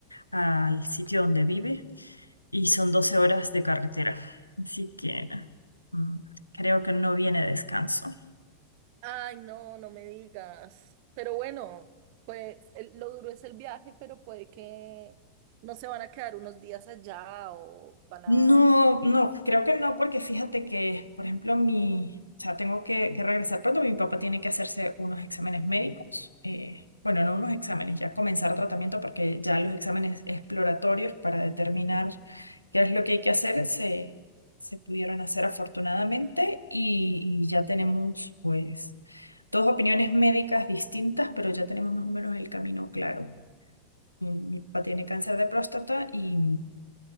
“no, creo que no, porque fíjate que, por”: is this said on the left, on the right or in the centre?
Left